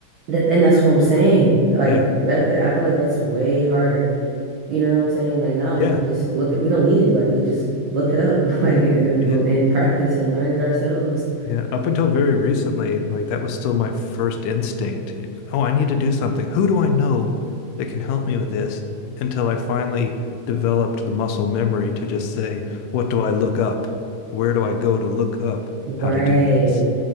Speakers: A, on the right; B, on the left.
A: That and that's what I'm saying. Like
B: Yeah.
A: that, that I feel like that's way harder. You know what I'm saying? Like now we
B: Yeah.
A: can just look at we don't need anybody. We just look it up <laughs> like and,
B: Yeah.
A: and practice and learn it ourselves.
B: Yeah. Up until very recently, like that was still my first instinct. Oh, I need to do something. Who do I know that can help me with this? Until I finally developed the muscle memory to just say, what do I look up? Where do I go to look up
A: Right.
B: how to do this?